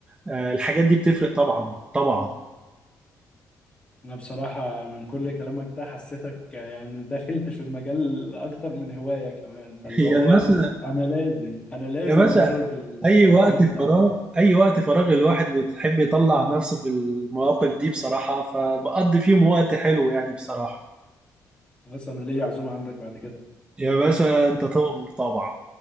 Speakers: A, on the right; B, on the left.
A: آه، الحاجات دي بتفرق طبعا طبعا
B: انا بصراحة من كل كلامك ده حسيتك يعني دخلت في المجال اكتر من هواية كمان فاللي
A: <laughs>
B: هو
A: يا باشا
B: انا لازم انا لازم
A: يا باشا
B: اجرب الحلويات
A: أي وقت
B: بتاعتك
A: فراغ أي وقت فراغ الواحد بيحب يطلع نفسه في المواقف دي بصراحة فبقضي فيهم وقت حلو يعني بصراحة
B: بس انا ليا عزومه عندك بعد كده
A: يا باشا أنت تؤمر طبعا